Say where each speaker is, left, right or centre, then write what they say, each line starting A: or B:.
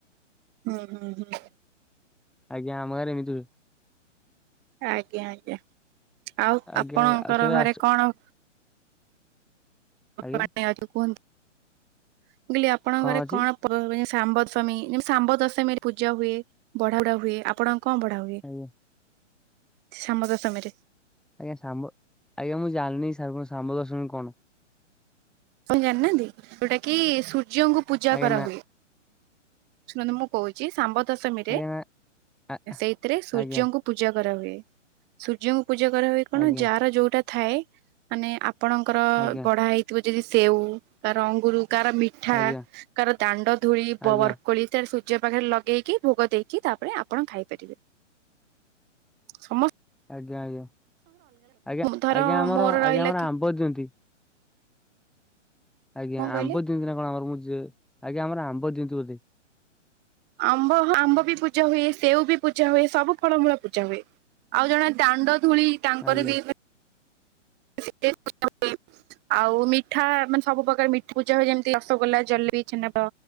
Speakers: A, on the right (about 25°); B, in the centre.
A: ହୁଁ ହୁଁ ହୁଁ
B: ଆଜ୍ଞା ଆମ ଗାଁ ରେ ଏମିତି ହୁଏ।
A: ଆଜ୍ଞା ଆଜ୍ଞା ଆଉ
B: ଆଜ୍ଞା
A: ଆପଣଙ୍କର
B: ଆଉ କେବେ
A: ଘରେ
B: ଆସ
A: କଣ?
B: ଆଜ୍ଞା
A: କୁହନ୍ତୁ ମୁଁ କହିଲି ଆପଣଙ୍କ
B: କଣ
A: ଘରେ
B: ଅଛି
A: କଣ? ସାମ୍ବ ଦଶମୀ ଯେମତି ସାମ୍ବ ଦଶମୀରେ ପୂଜା ହୁଏ ବଢା ବଢା ହୁଏ ଆପଣ କଣ ପଢା ହୁଏ
B: ଆଜ୍ଞା
A: ଶାମ୍ବ ଦଶମୀ ରେ?
B: ଆଜ୍ଞା ଶାମ୍ବ ଆଜ୍ଞା ମୁଁ ଜାଣିନି ସା କଣ ସାମ୍ବ ଦଶମୀ କଣ।
A: ଆପଣ ଜାଣିନାହାନ୍ତି ଯୋଉଟା କି ସୂର୍ଯ୍ୟଙ୍କୁ ପୂଜା
B: ଆଜ୍ଞା
A: କରାହୁୁଏ।
B: ନା
A: ଶୁଣନ୍ତୁ ମୁଁ କହୁଚି ଶମ୍ବ ଦଶମୀରେ
B: ଆଜ୍ଞା ନା ଆ
A: ସେଇଥିରେ ସୂର୍ଯ୍ୟଙ୍କୁ
B: ଆଜ୍ଞା
A: ପୂଜା କରାହୁଏ ସୂର୍ଯ୍ୟଙ୍କୁ ପୂଜା କରା ହଏ କଣ
B: ଆଜ୍ଞା
A: ଯାହାର ଯୋଉଟା ଥାଏ ମାନେ ଆ ଆପଣଙ୍କର
B: ଆଜ୍ଞା
A: ବଢା ହେଇଥିବ ଯଦି ସେଉ କାହାର ଅଙ୍ଗୁର କାହାର ମି ଠା
B: ଆଜ୍ଞା
A: କାହାର ଦାଣ୍ଡ ଧୂଳି
B: ଆଜ୍ଞା
A: ବବର
B: ଆଜ୍ଞା
A: ର କୋଳି ତାର ସୂର୍ଯ୍ୟ ପାଖରେ ଲଗେଇକି ଭୋଗ ଦେଇକି ତାପରେ ଆପଣ ଖାଇପାରିବେ। ସମସ୍ତ
B: ଆଜ୍ଞା ଆଜ୍ଞା ଆଜ୍ଞା
A: ଧର
B: ଆଜ୍ଞା ଆମର
A: ମୋର ରହିଲା
B: ଆଜ୍ଞା ଆମର
A: କି
B: ଆମ୍ବ ଦିଅନ୍ତି। ଆଜ୍ଞା
A: କଣ କହିଲେ
B: ଆମ୍ବ ଦିଅନ୍ତି ନା କଣ ଆମର ମୁଁ ଯେ ଆଜ୍ଞା ଆମର ଆମ୍ବ ଦିଅନ୍ତି ବୋଧେ।
A: ଆମ୍ବ ଆମ୍ବ ବି ପୂଜା ହୁଏ, ସେଉ ବି ପୂଜା ହୁଏ, ସବୁ ଫଳମୂଳ ପୂଜା ହୁଏ। ଆଉ ଜଣେ ଦାଣ୍ଡ ଧୂଳି ତାଙ୍କର
B: ଆଜ୍ଞା
A: ବି <unintelligible> ଆଉ ମିଠା ମାନେ ସବୁ ପ୍ରକାର ମିଠା ପୂଜା ହୁଏ ଯେମିତି ରସଗୋଲା ଜଲେବି ଛେନାବା।